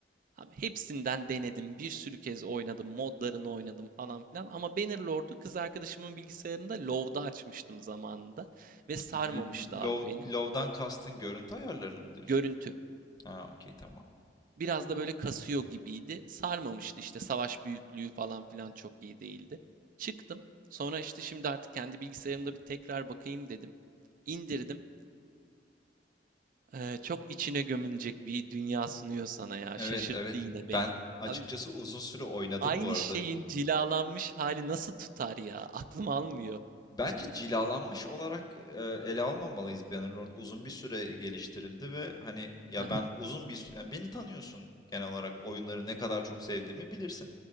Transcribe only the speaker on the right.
Abi hepsinden denedim. Bir sürü kez oynadım. Modlarını oynadım falan filan. Ama Bannerlord'u kız arkadaşımın bilgisayarında LoW'da açmıştım zamanında. Ve sarmamıştı
abi
beni.
Görüntü
Biraz da böyle kasıyor gibiydi. Sarmamıştı işte savaş büyüklüğü falan filan çok iyi değildi. Çıktım. Sonra işte şimdi artık kendi bilgisayarımda bir tekrar bakayım dedim. İndirdim. Ee, çok içine gömülecek bir dünya sunuyor sana ya.
Şaşırttı
yine
beni.
Abi,
aynı
şeyin cilalanmış hali nasıl tutar ya? Aklım almıyor.
<laughs>